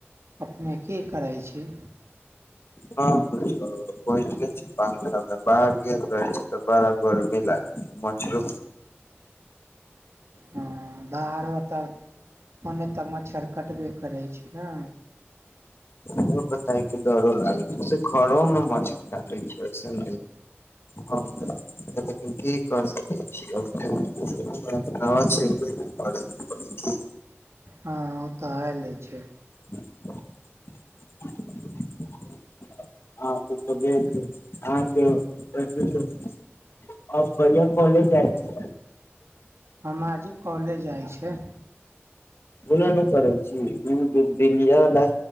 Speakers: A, on the right (about 75°); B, on the left (about 60°).
A: अपनेके करै छी
B: ह बइठल छी पंखा मे बाहर गेल रहल छी तऽ बड़ा गरमी लाग मछरो
A: हँ दहारो तऽ ओने तऽ मच्छर कटबे करै छै हँ
B: बता के डरो लागै छै घरो मे मच्छर काटे छै सेन <inaudible> की करि सकै छी <unintelligible>
A: हँ ओ तऽ हले छै
B: <unintelligible> ह त <unintelligible> अ बढ़आ कॉलेज जाय छै
A: हम आजू कॉलेज जाइ छै
B: ओना नहि करै छी ओ दिल्लियावला